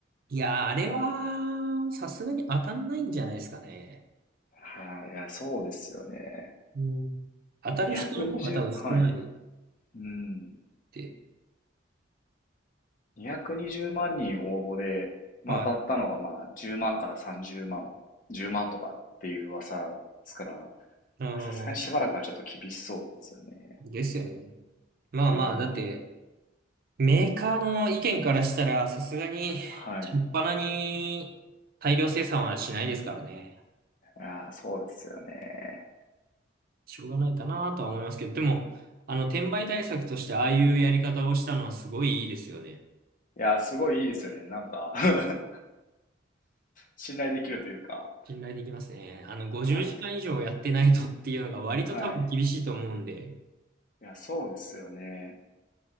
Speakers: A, on the right; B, on the left.
A: いやー、あれは、さすがに当たんないんじゃないですかね。
B: <laughs> はい、いや、そうですよね。
A: うん。当たる人の方が多分少ないっ
B: 220、はい。うん。
A: て。
B: 220万人応募で、まあ、
A: はい。
B: 当たったのがまあ10万から30万、10万とかっていう噂ですから、
A: う
B: さすがにしばらくはちょっと厳しそうですよね。
A: ん。ですよね。まあまあ、
B: うん。
A: だって、メーカーの意見からしたら、さすがに、
B: はい。
A: しょっぱなに大量生産はしないですからね。
B: ああ、そうですよね。
A: しょうがないかなとは思いますけど、でも、あの、転売対策としてああいうやり方をしたのはすごいいいですよね。
B: いやー、すごいいいですよね。なんか <laughs> 信頼できるというか。
A: 信頼できますね。あの、50時間以上やってないとっていうのが割と多分厳しいと思うんで、
B: はい。はい。いや、そうですよね。